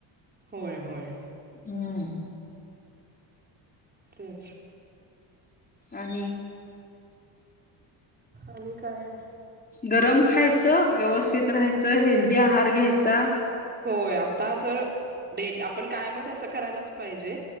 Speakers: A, on the right (about 20°); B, on the left (about 20°).
A: होय होय
B: हम्म
A: तेच
B: आणि
A: आणि काय
B: गरम खायचं व्यवस्थित राहायचं हेल्दी आहार घ्यायचा.
A: होय आता तर डेल आपण कायमच असं करायला. जे